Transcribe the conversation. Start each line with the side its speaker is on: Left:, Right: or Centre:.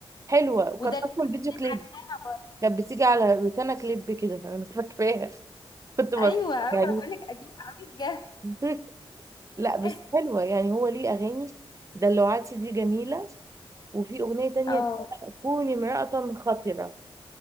Right: حلوة وكانت
Left: وده اللي
Right: أصلا فيديو
Left: أنا
Right: كليب
Left: عارفاها برضه
Right: كانت بتيجي على روتانا كليب كده أنا مش فاكراها <laughs> كنت بتفرج
Left: ايوه ايوه
Right: عليه
Left: انا بقول لك قديم قوي بجد
Right: <laughs> لا بس
Left: <laughs>
Right: حلوة يعني هو ليه أغاني دلوعتي دي جميلة وفي أغنية تانية
Left: اه
Right: كوني امرأة خطرة